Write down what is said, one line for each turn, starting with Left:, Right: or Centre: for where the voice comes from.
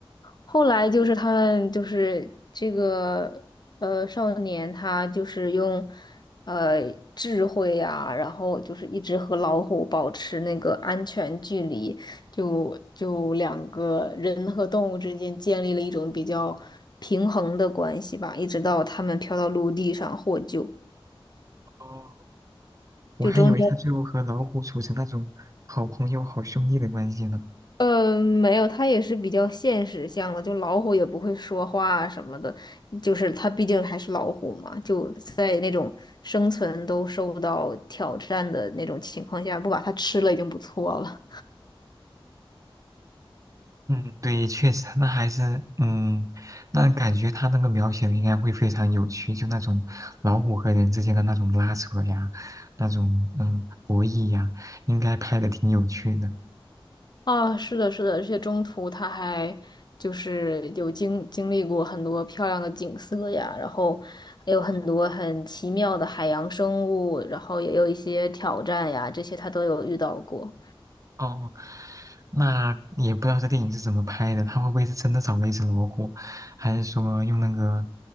Left: 后来就是他们就是这个呃少年，他就是用呃智慧啊，然后就是一直和老虎保持那个安全距离，就就两个人和动物之间建立了一种比较平衡的关系吧，一直到他们飘到陆地上获救，
Right: 哦，我还以为他最后和老虎处成那种好朋友、
Left: 就中间。
Right: 好兄弟的关系呢。
Left: 呃，没有，它也是比较现实向的，就老虎也不会说话啊什么的，就是它毕竟还是老虎嘛，就在那种生存都受到挑战的那种情况下，不把它吃了已经不错了。
Right: 嗯，对，确实，那还是，嗯，那感觉他那个描写的应该会非常有趣，就那种老虎和人之间的那种拉扯呀，那种嗯博弈呀，应该拍的挺有趣的。
Left: 啊，是的，是的，而且中途它还就是有经经历过很多漂亮的景色呀，然后还有很多很奇妙的海洋生物，然后也有一些挑战呀，这些它都有遇到过。
Right: 哦，那也不知道这电影是怎么拍的，他会不会是真的找了一只老虎，还是说用那个